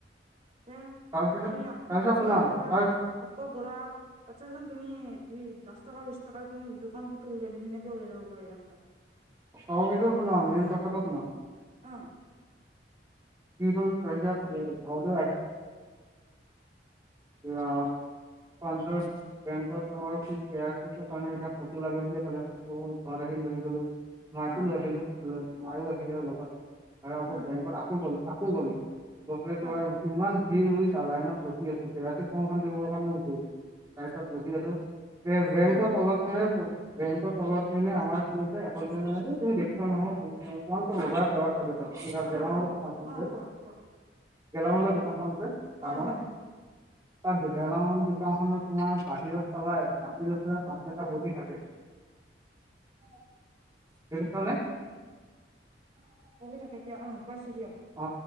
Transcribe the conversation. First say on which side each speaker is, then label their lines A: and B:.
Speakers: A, on the right; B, on the right.
A: হ
B: তাৰপিছত
A: তুমি
B: তাৰপিছত
A: আকৌ
B: শুনা
A: আহিলা
B: তাৰ
A: আকৌ গলা। পাছত চোন তুমি দুই দহ টকা বিশছ টকাে তুমি দুখন ফটো উলিয় ধুনীয়াকে ওলিয়াই‌ ল'ব পাৰিলে হয়।
B: অ বুজিয়ে শুনক মেন কথাটো শুনক।
A: অ।
B: কি হ'ল তাৰপিছত ঘৰলৈ আহি, আহ। পঞ্চ বেংম এতি ফটো লাগে বুলি ক ফটো ঘৰত আহি লৈ গলো। মাইকো
A: উম
B: লৈ আহিলো মাৰো আহিলো লগত আৰু আকৌ
A: উম
B: বেংকত আকৌ গলো আকৌ গলো। গট
A: হয়
B: তোমাৰ ইমান ভিৰইছা লাইনত ৰখি আছো কেৰাচী ফৰ্মখন দিবৰ কাৰণেও ভৰি তাৰ পিছত
A: উম
B: ৰখি আছো, বেংকত
A: উম
B: তলত ম বেংক তলত মানে আমাৰ কি হৈছে এ তুমি দেখিছা নহয়মান বজাৰ কৰা। তাত
A: অ
B: গেলামালৰ
A: অ
B: দোকানখন
A: ক অ
B: যে,
A: কোৱা কোৱা
B: গেলামালৰ দোকানখন যে তামই।
A: হয় হয় হয়
B: তাত গেলামাল দোকান খনৰ তোমাৰ বাহিৰত চাবাইচ মানুহ এটা বহি থাকে।
A: হম।
B: দেখিছ নে?
A: অ অ বহি থাকে দিয়া অ পাইছো দিয়া।
B: অ